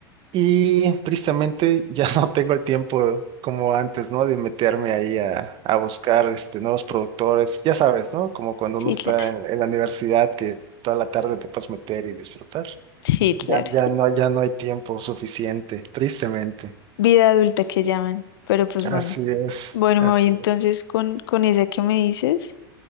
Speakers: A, on the right; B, on the left.
A: Y tristemente ya <laughs> no tengo el tiempo como antes, ¿no? De meterme ahí a, a buscar este, nuevos productores. Ya sabes, ¿no? Como cuando
B: sí,
A: uno está
B: claro,
A: en, en la universidad que toda la tarde te puedes meter y disfrutar.
B: <laughs> sí, claro.
A: Ya, ya no, ya no hay tiempo suficiente, tristemente.
B: Vida adulta que llaman, pero pues
A: Así
B: bueno.
A: es,
B: Bueno,
A: así
B: me voy entonces
A: es.
B: con, con esa que me dices.